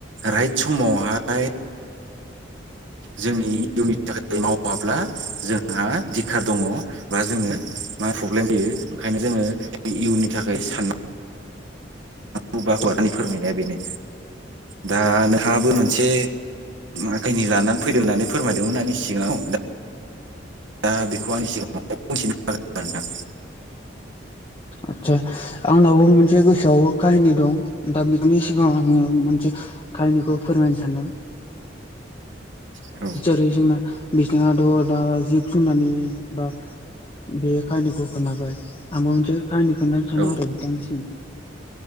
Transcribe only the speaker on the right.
राइट समाव हाय जोंनि इयुननि थाखाय मावाब्ला जोंहा दिखार दङ बा जोङो मा प्रब्लेम फैयो ओंखायनो जो ङो इयुननि थाखाय सान नांगौ आंनि फोरमायनाया बेनो दा नोंहाबो मोनसे आखैनि लानानै फैदों होननानै फोरमायदोंमोन आंनि सिगाङाव दा दा बेखौ आंनि सिगाङाव बुंथिना होदो आरोनोंथां।
हागोन नोंथां औ
औ